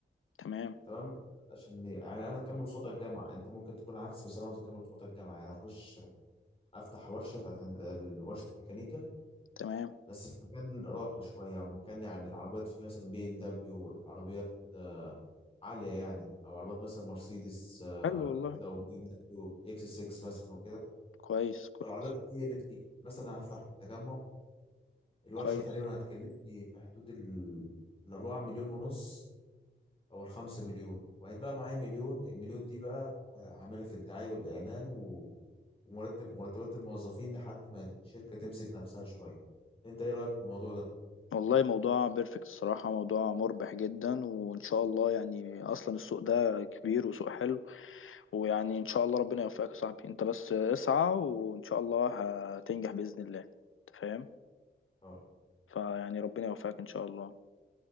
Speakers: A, on the left (about 85°); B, on the left (about 25°).
A: تمام
B: تمام عشان يعني انا اكمل خطى الجامعه انت ممكن تكون عكس بس انا عاوز اكمل خطى الجامعه يعني اخش افتح ورشه بتاعت هند... ال- ورشه ميكانيكا
A: تمام
B: بس في مكان راقي شويه او مكان يعني العربيات فيه مثلا بي ام دبليو عربيات آه، عاليه يعني او عربيات مثلا مرسيدس آه،
A: حلو والله
B: كده او بي ام دبليو اكس 6 مثلا وكده
A: كويس كويس
B: فالعربيات دي اللي فيه. مثلا هفتح في التجمع الورشه
A: كويس
B: تقريبا هتكلفني في حدود ال الأربعة مليون ونص او الخمسة مليون وهيتبقى معايا مليون المليون دي بقى هعملها في الدعاية والاعلان و- ومرتب مرتبات الموظفين لحد ما الشركة تمسك نفسها شوية انت ايه رأيك في الموضوع ده
A: والله موضوع بيرفكت الصراحة موضوع مربح جدا وإن شاء الله يعني أصلا السوق ده كبير وسوق حلو ويعني إن شاء الله ربنا يوفقك يا صاحبي أنت بس اسعى وإن شاء الله هتنجح بإذن الله أنت فاهم
B: يلا
A: فيعني ربنا يوفقك إن شاء الله